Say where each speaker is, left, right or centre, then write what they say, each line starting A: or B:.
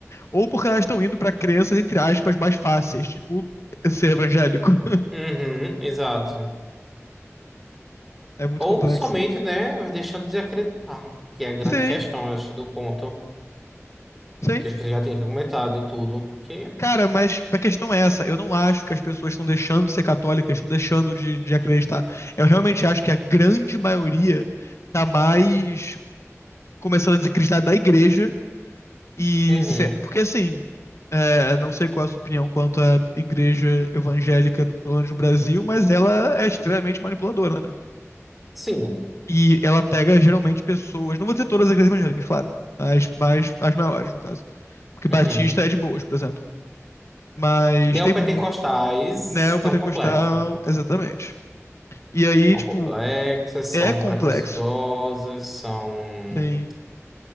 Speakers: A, on the left; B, in the centre.
A: ou porque elas estão indo para crenças, entre aspas, mais fáceis, tipo ser evangélico. <laughs>
B: Uhum, exato.
A: É muito
B: Ou
A: complexo.
B: somente, né, deixando de acreditar, que é a grande
A: Sim,
B: questão, acho, do ponto,
A: sim.
B: que acho que você já tinha comentado e tudo, que,
A: Cara, mas a questão é essa. Eu não acho que as pessoas estão deixando de ser católicas, estão deixando de, de acreditar. Eu realmente acho que a grande maioria tá mais começando a desacreditar da igreja e
B: uhum,
A: se- porque assim, é, não sei qual é a sua opinião quanto à igreja evangélica, pelo menos no Brasil, mas ela é extremamente manipuladora, né?
B: sim,
A: E ela pega geralmente pessoas, não vou dizer todas as igrejas evangélicas, claro, as mais as maiores no caso, porque Batista
B: uhum.
A: é de boas, por exemplo. Mas
B: Neopentecostais
A: tem muito Neopentecostal,
B: são complexos.
A: exatamente. E aí,
B: São
A: tipo,
B: complexas, são
A: é complexo.
B: preconceituosas, são...
A: Sim,